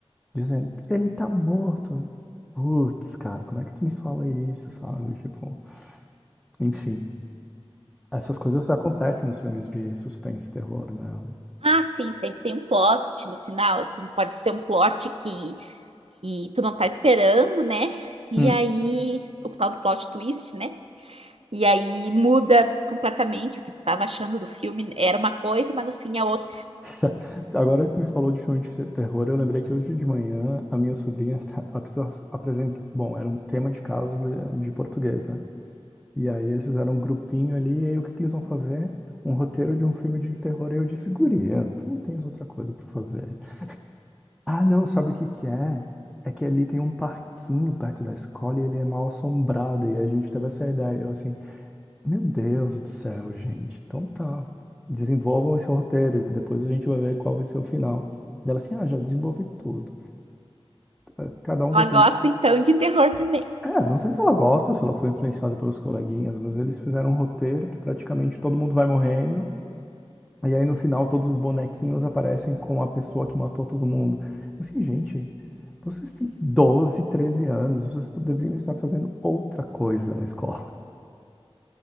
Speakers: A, in the centre; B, on the right.
A: dizendo, ele tá morto. Putz, cara, como é que tu me fala isso, sabe? Tipo, enfim, essas coisas acontecem nos filmes de suspense e terror, né?
B: Ah, sim, sempre tem um plot no final, assim, pode ser um plot que, que tu não tá esperando, né? E
A: Hum.
B: aí, o tal do plot twist, né? E aí muda completamente o que tu tava achando do filme, era uma coisa, mas no fim é outra.
A: <laughs> Agora que tu me falou de filme de terror, eu lembrei que hoje de manhã a minha sobrinha, <laughs> tá- ela precisa apresentar, bom, era um tema de casa de, de português, né? E aí eles fizeram um grupinho ali, e aí o que que eles vão fazer? Um roteiro de um filme de terror, e eu disse, guria, tu não tens outra coisa pra fazer. Ah, não, sabe o que que é? É que ali tem um parquinho perto da escola e ele é mal assombrado. E a gente teve essa ideia. Eu assim, meu Deus do céu, gente. Então tá. Desenvolvam esse roteiro. Depois a gente vai ver qual vai ser o final. Dela assim, ah, já desenvolvi tudo. É, Cada um
B: Ela
A: vai ter...
B: gosta então de terror também.
A: É, não sei se ela gosta, se ela foi influenciada pelos coleguinhas, mas eles fizeram um roteiro que praticamente todo mundo vai morrendo. E aí no final todos os bonequinhos aparecem com a pessoa que matou todo mundo. Eu Assim, gente, vocês têm 12, 13 anos, vocês poderiam estar fazendo outra coisa na escola. <laughs>